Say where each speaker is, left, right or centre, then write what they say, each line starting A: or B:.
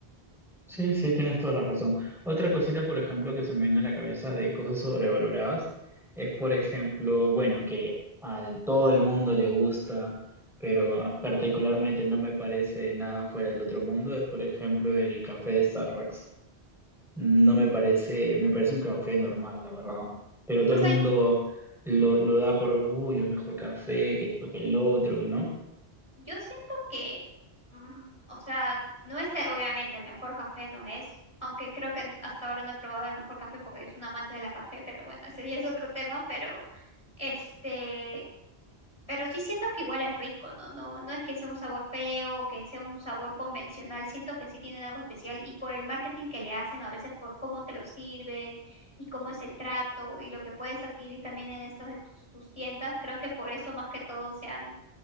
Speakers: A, in the centre; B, on the left.
A: Sí, sí, tienes toda la razón. Otra cosita, por ejemplo, que se me viene a la cabeza de cosas sobrevaloradas es, por ejemplo, bueno, que a todo el mundo le gusta, pero ah, particularmente no me parece nada fuera del otro mundo, es, por ejemplo, el café de Starbucks. No me
B: Mm,
A: parece, me parece un café normal, la verdad. Pero todo
B: O sea,
A: el mundo lo, lo da por, uy, el mejor café, que esto, que el otro, ¿no?
B: yo siento que, mm, o sea, no es el- obviamente el mejor café, no es, aunque creo que hasta ahora no he probado el mejor café porque yo soy un amante de la café, pero bueno, ese ya es otro tema, pero este... Pero sí siento que igual es rico, ¿no? No, no es que sea un sabor feo, que sea un sabor convencional, siento que sí tienen algo especial y por el marketing que le hacen, o a veces por cómo te lo sirven y cómo es el trato y lo que puedes adquirir también en estos de tus- sus tiendas, creo que por eso más que todo se han,